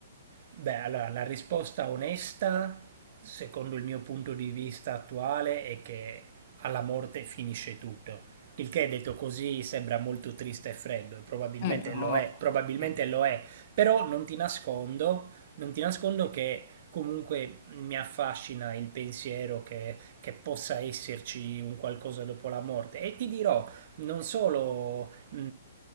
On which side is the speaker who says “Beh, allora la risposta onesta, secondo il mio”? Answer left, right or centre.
Right